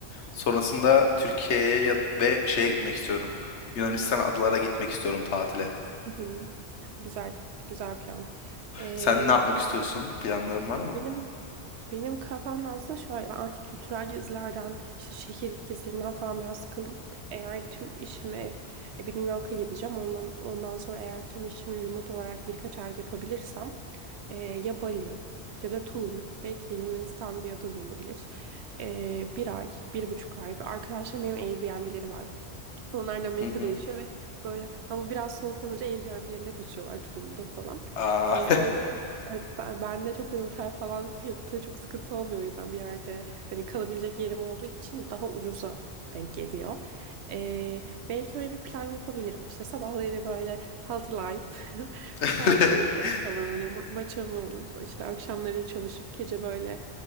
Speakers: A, on the left (about 85°); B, on the right (about 75°).
A: Sonrasında Türkiye'ye ya- ve şeye gitmek istiyorum. Yunanistan adalara gitmek istiyorum tatile.
B: Hı hı. Güzel, güzel plan. Ee,
A: Sen ne yapmak istiyorsun? Planların var mı?
B: benim Benim kafamda aslında şöyle ben artık kültürel gezilerden işte şehir gezilerinden falan biraz sıkıldım. Eğer tüm işimi e, bir New York'a gideceğim. Ondan, ondan sonra eğer tüm işimi remote olarak birkaç ay yapabilirsem e, ya Bali ya da Tulum belki de Yunanistan'da bir ada da olabilir. E, bir ay, bir buçuk ay. Arkadaşlarım benim Airbnb'leri var. Onlar da Amerika'da
A: Hı hı.
B: yaşıyor ve böyle hava biraz soğuk olunca Airbnb'lerine kaçıyorlar Tulum'da falan.
A: Aa,
B: Ee, o yüzden evet ben, ben de çok böyle otel falan fiyatı çok sıkıntı olmuyor o yüzden bir yerde hani kalabilecek yerim olduğu için daha ucuza denk geliyor. Ee, belki öyle bir plan yapabilirim. İşte sabahları böyle healthy life, <laughs>
A: <laughs>
B: sağlıklı yaşam falan hani ma- maçamı alıp işte akşamları çalışıp gece böyle